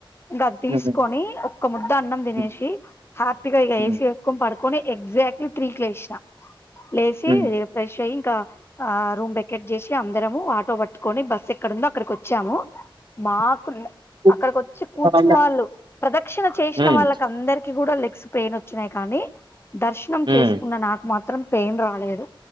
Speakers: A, on the left; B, on the right.
A: ఇంగ తీసుకొని
B: హుహు
A: ఒక్క ముద్ద అన్నం తినేసి
B: హ్మ్
A: హ్యాపీగా ఇగ
B: హ్మ్
A: ఎసి వేసుకొని పడు కొని ఎగ్జాక్ట్లీ త్రీ కి లేసినా లేచి
B: హ్మ్ హ్మ్
A: రి ఫ్రెష్ అయి క ఆ రూమ్ వేకెట్ చేసి అందరము ఆటో పట్టుకొని బస్సు ఎక్కడందో అక్కడికి వచ్చాము మాకు కుండ
B: హ్మ్
A: అక్కడికి వచ్చి కూర్చున్న
B: అవును.
A: వాళ్ళు ప్రదక్షిణ చేసిన
B: హ్మ్
A: వాళ్ళకి అందరికి కూడా లెగ్స్ పెయిన్ వచ్చినాయి కానీ దర్శనం
B: హ్మ్
A: చేసుకున్న నాకు మాత్రం పెయిన్ రాలేదు